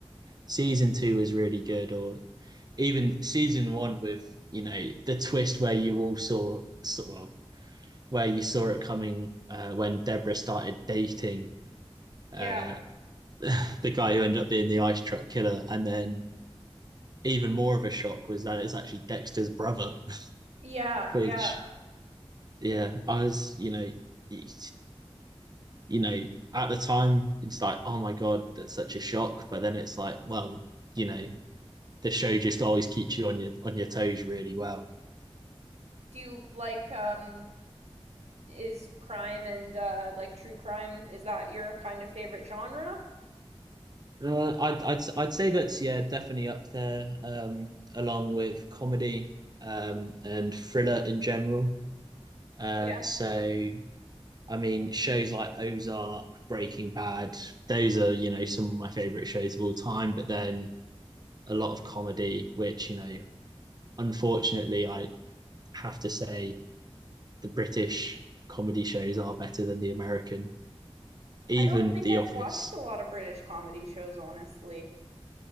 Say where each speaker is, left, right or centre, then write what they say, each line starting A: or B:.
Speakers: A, on the right; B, on the right.
A: season two is really good, or even season one with you know the twist where you all saw so, well where you saw it coming uh, when Deborah started dating
B: Yeah.
A: uh, the guy who ended up being the ice truck killer, and then even more of a shock was that it's actually Dexter's brother, <laughs>
B: Yeah,
A: which
B: yeah.
A: yeah, I was you know you know at the time it's like oh my god that's such a shock, but then it's like well you know the show just always keeps you on your on your toes really well
B: Do you like um is crime and uh like true crime is that your kind of favorite genre?
A: Uh, I'd, I'd I'd say that's yeah definitely up there um, along with comedy um, and thriller in general. Uh,
B: Yeah.
A: so I mean shows like Ozark, Breaking Bad, those are you know some of my favorite shows of all time. But then a lot of comedy, which you know unfortunately I have to say the British comedy shows are better than the American, even
B: I don't think
A: The
B: I've
A: Office.
B: watched a lot of British comedy shows honestly.